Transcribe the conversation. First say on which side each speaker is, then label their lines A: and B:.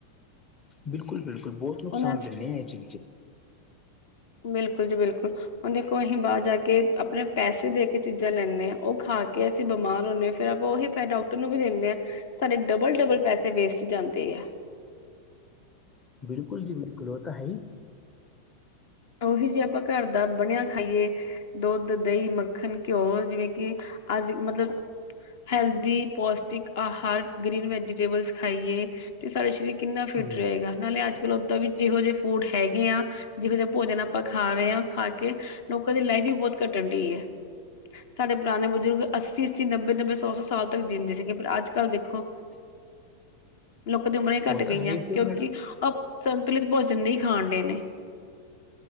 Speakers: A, on the left; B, on the left.
A: ਬਿਲਕੁਲ, ਬਿਲਕੁਲ ਬਹੁਤ ਨੁਕਸਾਨ
B: ਹੁਣ
A: ਦਿਨੇ ਇਹ ਚੀਜ਼
B: ਬਿਲਕੁਲ ਜੀ ਬਿਲਕੁਲ, ਹੁਣ ਦੇਖੋ ਅਸੀਂ ਬਾਹਰ ਜਾ ਕੇ ਆਪਣੇ ਪੈਸੇ ਦੇ ਕੇ ਚੀਜ਼ਾਂ ਲੈਂਦੇ ਉਹ ਖਾ ਕੇ ਅਸੀਂ ਬਿਮਾਰ ਹੁੰਨੇ ਹਾਂ, ਫੇਰ ਆਪਾਂ ਉਹੀ ਪੈਹੇ ਡਾਕਟਰ ਨੂੰ ਵੀ ਦਿੰਦੇ ਆ। ਸਾਡੇ ਡਬਲ, ਡਬਲ ਪੈਸੇ ਵੇਸਟ ਜਾਂਦੇ ਆ।
A: ਬਿਲਕੁਲ ਜੀ ਬਿਲਕੁਲ, ਉਹ ਤਾਂ ਹੈਈ।
B: ਉਹੀ ਜੇ ਆਪਾਂ ਘਰ ਦਾ ਬਣਿਆ ਖਾਈਏ ਦੁੱਧ, ਦਹੀਂ, ਮੱਖਣ, ਘਿਓ ਜਿਵੇਂ ਕਿ ਅੱਜ ਮਤਲਬ ਹੈਲਦੀ, ਪੌਸ਼ਟਿਕ ਆਹਾਰ ਗ੍ਰੀਨ ਵੈਜੀਟੇਬਲਸ ਖਾਈਏ। ਤੇ ਸਾਡੇ ਸਰੀਰ ਕਿੰਨਾ ਫਿਟ
A: ਹਮ
B: ਰਹੇਗਾ। ਨਾਲੇ ਅੱਜ ਕੱਲ੍ਹ ਉੱਦਾਂ ਵੀ ਜਿਹ ਜਿਹੇ ਫੂਡ ਹੈਗੇ ਆ ਜਿਹੋ ਜਿਹੇ ਆਪਾਂ ਖਾ ਰਹੇ ਹਾਂ ਖਾ ਕੇ ਲੋਕਾਂ ਦੀ ਲਾਈਫ ਵੀ ਬਹੁਤ ਘੱਟਣ ਡਹੀ ਹੈ। ਸਾਡੇ ਪੁਰਾਣੇ ਬਜ਼ੁਰਗ ਅੱਸੀ, ਅੱਸੀ ਨੱਬੇ, ਨੱਬੇ ਸੌ, ਸੌ ਸਾਲ ਤੱਕ ਜਿਂਦੇ ਸੀਗੇ ਪਰ ਅੱਜ ਕੱਲ੍ਹ ਦੇਖੋ
A: <inaudible>
B: ਲੋਕਾਂ ਦੀ ਉਮਰਾਂ ਹੀ
A: ਉਹ
B: ਘੱਟ
A: ਤਾਂ
B: ਗਈਆਂ।
A: ਹੈ ਹੀ ਫਿਰ
B: ਕਿਉਂਕਿ
A: ਮੈਡਮ
B: ਉਹ ਸੰਤੁਲਿਤ ਭੋਜਨ ਨਹੀਂ ਖਾਣ ਡੇ ਨੇ